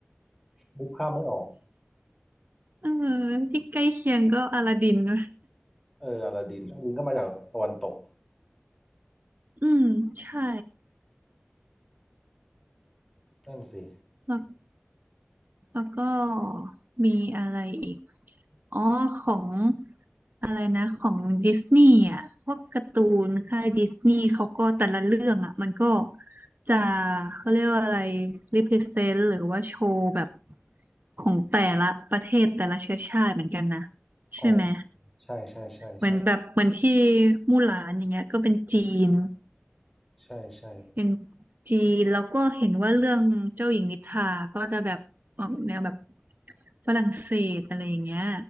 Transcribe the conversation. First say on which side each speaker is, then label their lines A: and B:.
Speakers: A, in the centre; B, on the right (about 50°).
A: นึกภาพไม่ออก
B: เออที่ใกล้เคียงก็อลาดินนะ
A: เอออลาดินอลาดินก็มาจากตะวันตก
B: อืมใช่
A: นั่นสิ
B: แล้วแล้วก็มีอะไรอีก อ๋อของอะไรนะของดิสนีย์อ่ะพวกการ์ตูนค่ายดิสนีย์เขาก็แต่ละเรื่องอ่ะมันก็จะเขาเรียกว่าอะไรรีเพรเซนต์หรือว่าโชว์แบบของแต่ละประเทศแต่ละเชื้อชาติเหมือนกันนะใช่ไหม
A: อ๋อใช่ใช่ใช่ใช่
B: เหมือนแบบเหมือนที่มู่หลานอย่างเงี้ยก็เป็นจีน
A: ใช่ใช่
B: เป็นจีนแล้วก็เห็นว่าเรื่องเจ้าหญิงนิทราก็จะแบบออกแนวแบบฝรั่งเศสอะไรอย่างเงี้ย